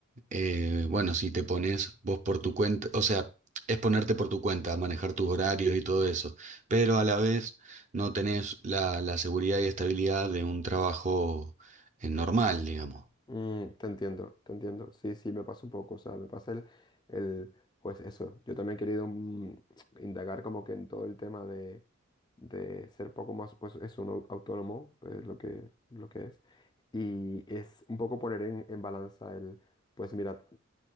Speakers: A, on the right; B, on the left.
A: Eh, bueno, si te pones vos por tu cuenta, o sea, es ponerte por tu cuenta, manejar tus horarios y todo eso, pero a la vez no tenés la, la seguridad y estabilidad de un trabajo eh, normal, digamos.
B: Mm, te entiendo, te entiendo. Sí, sí, me pasa un poco. O sea, me pasa el, el, pues eso. Yo también he querido mm, <tsk> indagar como que en todo el tema de, de ser poco más, pues es un au- autónomo, pues, lo que, lo que es. Y es un poco poner en, en balanza el, pues mira,